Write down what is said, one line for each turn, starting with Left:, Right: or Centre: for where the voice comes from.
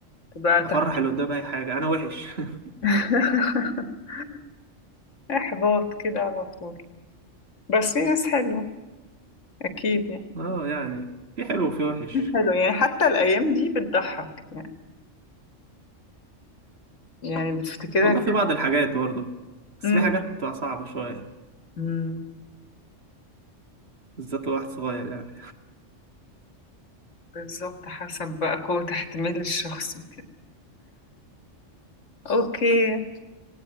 Left: تبقى
Right: افرح
Left: تحبيط
Right: اللي قدام اي حاجه انا وحش <laughs>
Left: <laughs> إحباط كده على طول بس في ناس حلوة أكيد يعني
Right: اه يعني في حلو وفي وحش
Left: حلو يعني حتى الأيام دي بتضحك يعني يعني بتفتكرك
Right: والله في بعض الحاجات برضه بس
Left: امم
Right: في حاجات بتبقى صعبه شويه
Left: أمم،
Right: بالذات لو واحد صغير يعني
Left: بالظبط حسب بقى قوة احتمال الشخص وكده أوكي